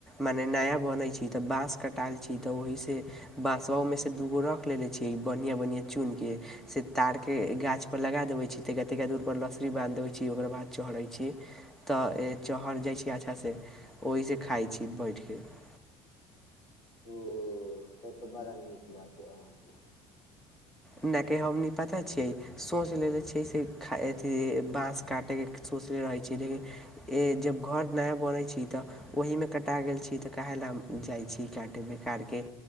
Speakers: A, in the centre; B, on the left.
A: मने नया बनैत छी तऽ बाँस कटाल छी तऽ ओहिसँ बाँस ओहिमे से दूगो रख लेलेने छी बढ़िआँ बढ़िआँ चुन क से तार के गाछपर लगा देबै छी त कतादूरपर लसड़ी बान्हि देबै छी ओककर बाद चढ़ै छी तऽ चढ़ि जाइ छी अच्छासँ ओहिसँ खाइ छी बैठिक
B: ओ त तऽ बड़ा नीक बात ह अहाँके
A: नहि कि हमनी पता छियै सोच लेले छिय से अथ बाँस काटे के सोचले रहै छीिय लेकिन जब घर नया बनैत छी तऽ ओहीमे कटा गेल छी तऽ के लए हम जाइ छी काटे बेकार के